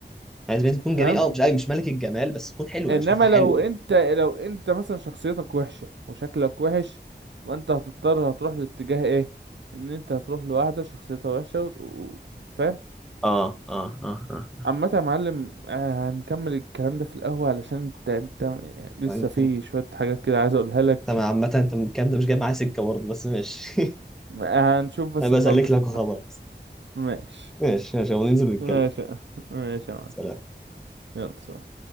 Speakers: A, in the centre; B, on the right.
A: عايز بنت تكون
B: فاهم
A: جميل اه مش أيوة مش ملك الجمال بس تكون حلوه
B: انما
A: انا شايفها حلوه
B: لو انت لو انت مثلا شخصيتك وحشة وشكلك وحش وانت هتضطر هتروح لاتجاه ايه ان انت هتروح لواحدة شخصيتها وحشة و... و- فاهم
A: اه اه اه اه
B: عامة يا معلم آه، هنكمل الكلام ده في القهوة علشان انت انت يعني لسه
A: انت
B: في
A: انت-
B: شوية حاجات كده عايز اقولها لك
A: عامة انت من الكلام ده مش جاي معايا سكة برضه بس ماشي
B: هنشوف
A: <laughs>
B: بس
A: انا
B: الحوار
A: بسلك
B: ده في
A: لك
B: القهوة
A: وخلاص
B: ماشي
A: ماشي ماشي وننزل نتكلم
B: ماشي يا- ماشي يا معلم
A: سلام
B: يلا سلام